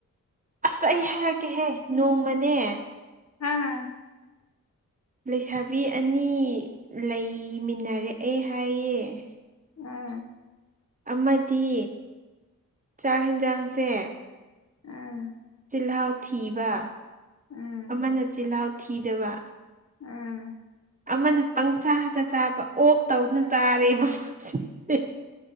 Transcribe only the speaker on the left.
ꯍꯥ
ꯑꯝ
ꯑꯥ
ꯑꯥ
ꯎꯝ
ꯑꯥ